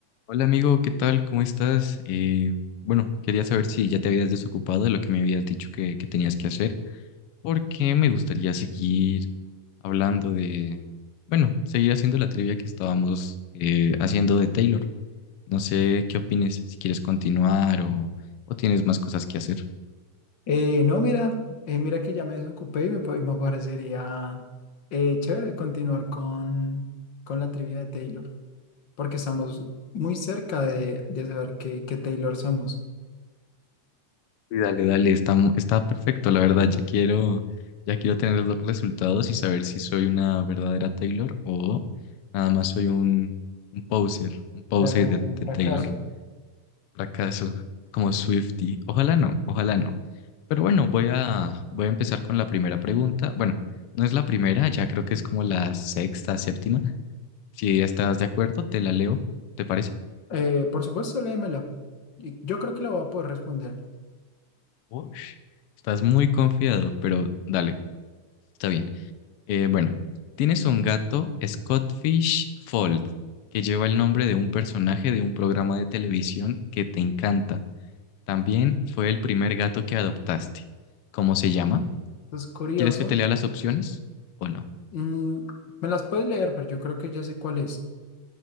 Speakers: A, on the left; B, on the left.
A: Hola amigo, ¿qué tal? ¿Cómo estás? Eh, bueno, quería saber si ya te habías desocupado de lo que me habías dicho que, que tenías que hacer, porque me gustaría seguir hablando de, bueno, seguir haciendo la trivia que estábamos eh, haciendo de Taylor. No sé qué opines, si quieres continuar o, o tienes más cosas que hacer.
B: Eh, no, mira, eh, mira que ya me desocupé y me, pa- y me parecería eh, chévere continuar con, con la trivia de Taylor, porque estamos muy cerca de, de saber qué, qué Taylor somos.
A: Sí, dale, dale, está, mu- está perfecto, la verdad, ya quiero, ya quiero tener los resultados y saber si soy una verdadera Taylor o nada más soy un, un poser, un poser
B: De haber un
A: de, de
B: fracaso.
A: Taylor, fracaso, como Swiftie, ojalá no, ojalá no. Pero bueno, voy a, voy a empezar con la primera pregunta, bueno, no es la primera, ya creo que es como la sexta, séptima, si estás de acuerdo, te la leo, ¿te parece?
B: Eh, por supuesto, léemela. Y Yo creo que la voy a poder responder.
A: Ush, estás muy confiado, pero dale, está bien. Eh, bueno, tienes un gato, Scottfish Fold, que lleva el nombre de un personaje de un programa de televisión que te encanta. También fue el primer gato que adoptaste. ¿Cómo se llama?
B: Es curioso.
A: ¿Quieres que te lea las opciones o no?
B: Mm, me las puedes leer, pero yo creo que ya sé cuál es.